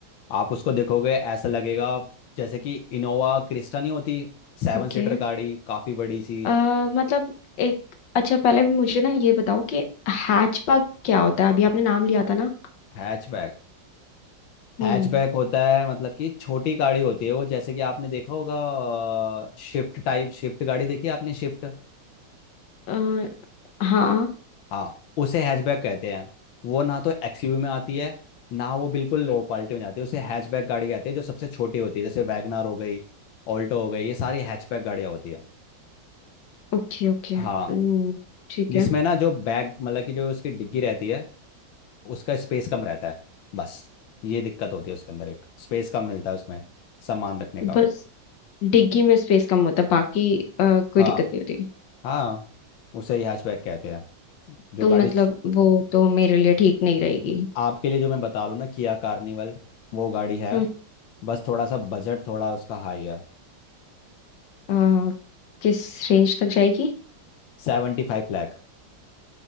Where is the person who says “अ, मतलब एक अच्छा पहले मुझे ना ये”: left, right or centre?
Left